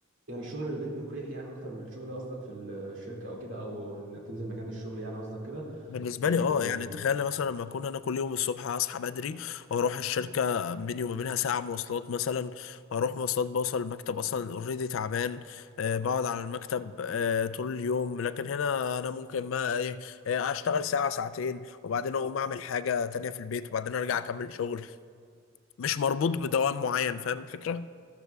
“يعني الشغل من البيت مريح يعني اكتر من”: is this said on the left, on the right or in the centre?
Right